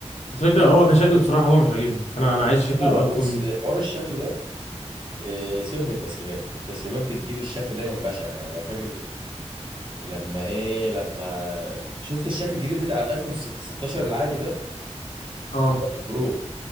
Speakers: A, on the left; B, on the right.
A: الفكرة هو كشكل بصراحة هو مش عاجبني انا انا عايز شكل
B: لا
A: الايفون
B: لا بص
A: ده.
B: حوار الشكل ده إيه، سيبك من التسريبات التسريبات بتجيب الشكل دايما بشع يعني انا فاكر لما ايه لما شفت الشكل الجديد بتاع الايفون 16 العادي ده
A: اه
B: اللي هو مش برو